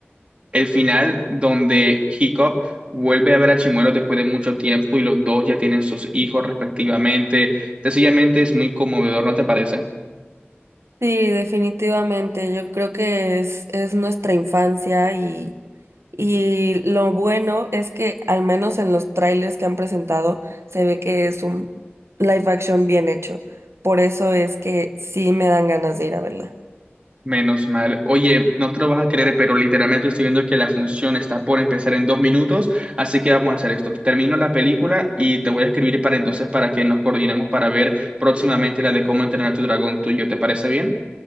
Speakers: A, on the right; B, on the right.
A: el final donde Hiccup vuelve a ver a Chimuelo después de mucho tiempo y los dos ya tienen sus hijos respectivamente. Sencillamente es muy conmovedor, ¿no te parece?
B: Sí, definitivamente. Yo creo que es, es nuestra infancia y, y lo bueno es que al menos en los trailers que han presentado se ve que es un live action bien hecho. Por eso es que sí me dan ganas de ir a verla.
A: Menos mal. Oye, no te lo vas a creer, pero literalmente estoy viendo que la función está por empezar en dos minutos, así que vamos a hacer esto. Termino la película y te voy a escribir para entonces para que nos coordinemos para ver próximamente la de cómo entrenar a tu dragón tuyo. ¿Te parece bien?